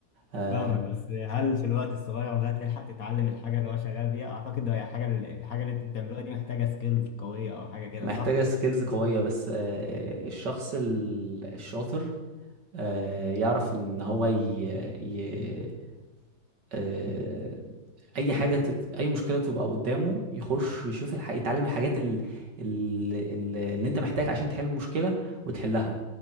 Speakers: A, on the right; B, on the left.
A: آه،
B: فاهمك بس هل في الوقت الصغير ده تلحق تتعلم الحاجة اللي هو شغال بيها؟ أعتقد هي حاجة الحاجة اللي انتوا بتعملوها دي محتاجة سكيلز قوية أو حاجة كده
A: محتاجة
B: صح؟
A: سكيلز قوية بس آه، الشخص ال- الشاطر آه، يعرف ان هو ي... ي... آه، اي حاجه تت... اي مشكله تبقى قدامه يخش يشوف الح... يتعلم الحاجات ال... ال... ال- اللي انت محتاج عشان تحل المشكله وتحلها